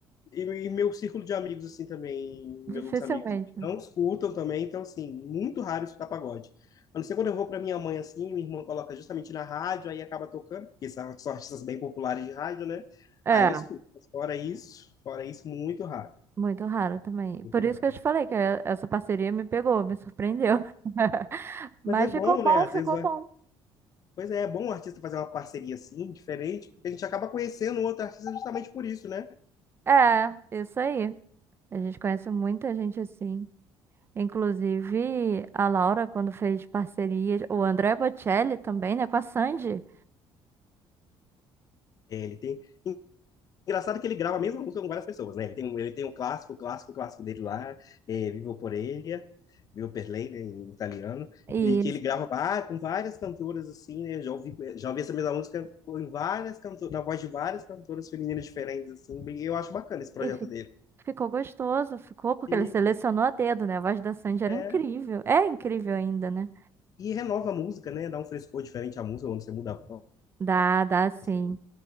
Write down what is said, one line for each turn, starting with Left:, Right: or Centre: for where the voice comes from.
Left: E, e meu círculo de amigos, assim, também, meus
Right: dificilmente.
Left: outros amigos aqui, não escutam também, então, assim, muito raro escutar pagode. A não ser quando eu vou para minha mãe, assim, minha irmã coloca justamente na rádio, aí acaba tocando, porque são são artistas bem populares de rádio, né?
Right: É,
Left: Aí eu escuto. Mas fora isso, fora isso, muito raro.
Right: muito raro também.
Left: Muito
Right: Por
Left: raro.
Right: isso que eu te falei que eh, essa parceria me pegou, me surpreendeu. <laughs> Mas
Left: Mas é bom,
Right: ficou
Left: né?
Right: bom,
Left: Às
Right: ficou
Left: vezes, vai-
Right: bom.
Left: pois é, é bom o artista fazer uma parceria assim, diferente, porque a gente acaba conhecendo o outro artista justamente por isso, né?
Right: É, isso aí. A gente conhece muita gente assim. Inclusive a Laura, quando fez parcerias, o André Bocelli também, né, com a Sandy.
Left: É, ele tem. Engraçado que ele grava a mesma música com várias pessoas, né? Ele tem, um- ele tem um clássico, o clássico, o clássico dele lá, é, Vivo por Ele, Vivo per Lei, né, em italiano,
Right: E,
Left: e que ele grava vá- com várias cantoras, assim, né? Já ouvi, já ouvi essa mesma música com- várias cantoras, na voz de várias cantoras femininas diferentes, assim, bem- eu acho bacana esse projeto
Right: e fi-
Left: dele.
Right: ficou gostoso, ficou, porque
Left: E,
Right: ele selecionou a dedo, né? A voz da Sandy era
Left: é,
Right: incrível. É incrível ainda, né?
Left: e renova a música, né? Dá um frescor diferente à música quando você muda a voz
Right: Dá, dá sim.
Left: também.